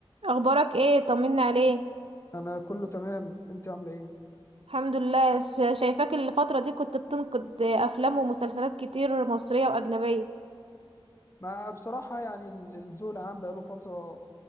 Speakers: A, on the right; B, on the left.
A: اخبارك ايه طمني عليك
B: انا كله تمام انت عامله ايه
A: الحمد لله ش- شايفاك الفترة دي كنت بتنقد افلام ومسلسلات كتير مصرية واجنبية
B: ما بصراحه يعني ال- الذوق العام بقاله فتره